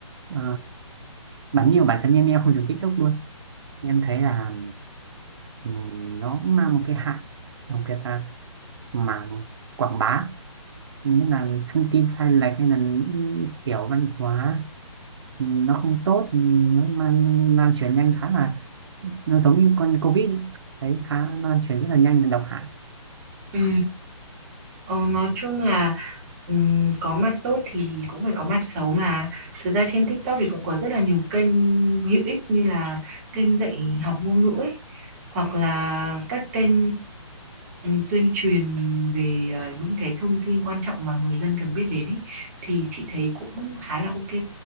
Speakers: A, on the right; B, on the right.
A: ờ, bản nhiều bản thân em em không dùng TikTok luôn em thấy là ừm, nó cũng mang một cái hại đặc cái ta mảng quảng bá nghĩa là thông tin sai lệch hay là những kiểu văn hóa ừ, nó không tốt ừ, nó mang lan truyền nhanh khá là nó giống như con covid ấy. đấy khá lan truyền rất là nhanh và độc hại
B: ừ Ờ, nói chung là ừm, có mặt tốt thì cũng phải có mặt xấu mà. Thực ra trên TikTok thì cũng có rất là nhiều kênh hữu ích như là kênh dạy học ngôn ngữ ấy, hoặc là các kênh ừm, tuyên truyền về ờ, những cái thông tin quan trọng mà người dân cần biết đến ấy thì chị thấy cũng khá là ok.